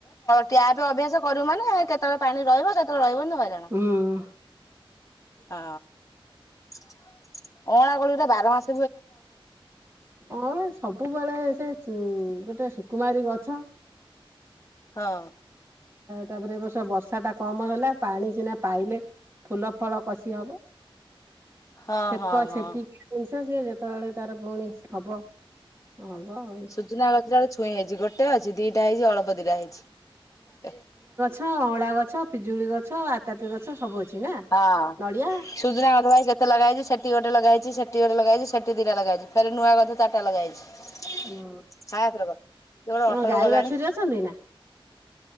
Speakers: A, on the left; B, on the right.
A: ଟ୍ୟାପ ଅଭ୍ୟାସ କରିବୁ ମାନେ କେତେବେଳେ ପାଣି ରହିବ କେତେବେଳେ ରହିବନି ହଇରାଣ।
B: ହୁଁ ଉଁ
A: ହଁ ଅଁଳା କୋଳିଗୁରା ବାର ମାସି
B: କଣ ସବୁବେଳେ ସେ ଉ ଗୋଟେ ସୁକୁମାରୀ ଗଛ।
A: ହଁ,
B: ତାପରେ ଏ ବର୍ଷ ବର୍ଷା ଟା କମ ହେଲା ପାଣି ସିନା ପାଇଲେ ଫୁଲ ଫଳ କଷି ହବ।
A: ହଁ
B: ଛେକ
A: ହଁ ହଁ
B: ଛେକି ଜିନିଷ ସିଏ ଯେତେବେଳେ ତାର ପୁଣି ହବ ହବ ଆଉ
A: ସୁଜନା ଗଛଟ ଛୁଇଁ ହେଇଛି ଗୋଟେ ଅଛି ଦିଟା ହେଇଛି ଅଳ୍ପ ଦିଇଟା ହେଇଛି
B: ହ ଅଁଳା ଗଛ ପିଜୁଳି ଗଛ। ଆତାପି ଗଛ ସବୁ ଅଛି ନା
A: ହଁ
B: ନଡିଆ
A: ସୁଜୁନା ଗଛ କାଇଁ କେତେ ଲଗାହେଇଚି ସେଠି ଗୋଟେ ଲଗାହେଇଚି ସେଠ ଏଟି ଲଗା ହେଇଛି ସେଠି ଦିଟା ଲଗାହେଇଛି ଫେରେ ରେ ନୂଆ ଗଛ ଚାରଟା ଲଗାହେଇଛି।
B: ହଁ
A: ହାୟ ପ୍ର ଗ କିଏ ଗୋଟେ
B: ତମ
A: ଅଟୋରେ
B: ଗାଈ
A: ଗଲାଣି।
B: ବାଛୁରୀ ଅଛନ୍ତି ନା